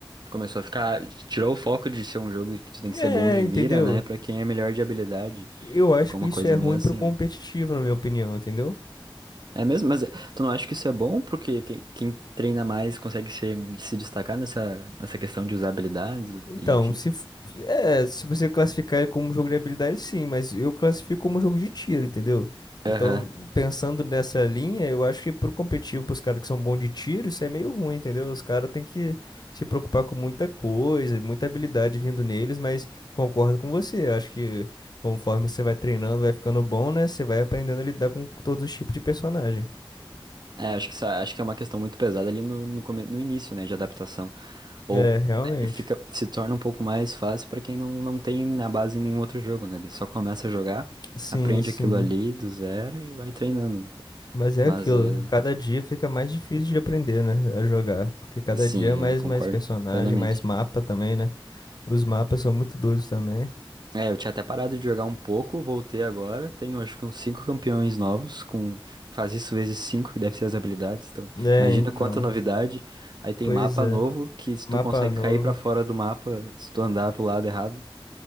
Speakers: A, on the right; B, on the left.
A: Começou a ficar. Tirou o foco de ser um jogo que tu tem que
B: É,
A: ser bom de
B: entendeu?
A: mira, né? Pra quem é melhor de habilidade.
B: Eu acho
A: Ficou
B: que
A: uma
B: isso
A: coisa
B: é ruim
A: meio assim,
B: pro competitivo,
A: né?
B: na minha opinião, entendeu?
A: É mesmo? Mas eh, tu não acha que isso é bom? Porque quem, quem treina mais consegue se se destacar nessa, nessa questão de usar habilidades
B: Então,
A: e enfim.
B: se, f- é, se você classificar ele como jogo de habilidade, sim, mas eu classifico como jogo de tiro, entendeu? Então,
A: Aham.
B: pensando nessa linha, eu acho que pro competitivo, pros caras que são bons de tiro, isso é meio ruim, entendeu? Os caras têm que se preocupar com muita coisa, muita habilidade vindo neles, mas concordo com você. eu Acho que conforme você vai treinando, vai ficando bom, né? Você vai aprendendo a lidar com todos os tipos de personagem.
A: É, acho que, isso- acho que é uma questão muito pesada ali no, no, come- no início, né, de adaptação. Ou
B: É, realmente.
A: é, e fica, se torna um pouco mais fácil pra quem não, não tem na base em nenhum outro jogo, né? Ele só começa a jogar,
B: Sim,
A: aprende
B: sim.
A: aquilo ali do zero e vai treinando, né?
B: Mas é
A: Mas,
B: aquilo,
A: eh,
B: que cada dia fica mais difícil de aprender, né, a jogar, porque cada
A: sim,
B: dia é mais
A: eu concordo
B: mais personagem,
A: plenamente.
B: mais mapa também, né? Os mapas são muito doidos também.
A: É, eu tinha até parado de jogar um pouco, voltei agora. Tenho acho que uns cinco campeões novos, com faz isso vezes cinco que deve ser as habilidades. Então,
B: É,
A: imagina
B: então.
A: quanta novidade. Aí tem
B: Pois
A: mapa
B: é.
A: novo que se tu
B: Mapa
A: consegue
B: novo.
A: cair pra fora do mapa, se tu andar pro lado errado,